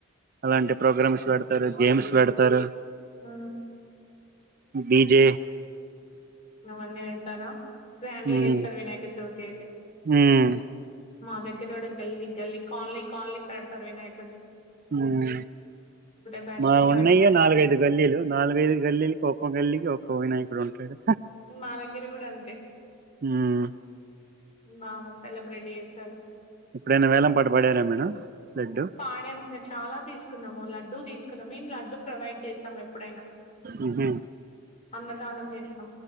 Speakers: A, on the right; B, on the left.
A: అలాంటి ప్రోగ్రామ్స్ పెడతారు గేమ్స్ పెడతారు
B: ఆ
A: బీజే
B: న్న వెళ్తారా గ్రాండ్గా
A: మ్మ్
B: చేస్తారు వినాయక చవితి అయితే
A: మ్మ్
B: మా దగ్గర కూడా గల్లీ గల్లీ కాలలీ కాలలీ క పెడతారు వినాయకడిని
A: హామ్
B: బ్యాచ్
A: మా
B: నుండి
A: ఉన్నయ
B: బడే బ్యాచ్
A: నాలుగైదు
B: వరకి
A: గల్లీలు నాలుగైదు గల్లీలకి ఒక్కొ గల్లీకి ఒక్కొ వినాయకుడు ఉంటాడు
B: మా దగ్గర కూడా అంతే
A: మ్మ్
B: బాగా సెలబ్రేట్ చేసి
A: ఎప్పుడైనా వేలం పాట పాడారా మేడం లడ్డు
B: పాడంస చాలా తీసుకున్నాము లా డు తీసుకున్నాం మేం లడ్డు ప్రొవైడ్ చేస్తాము ఎప్పుడైనా
A: మ్మ్ హు
B: అన్నదానం చేస్తం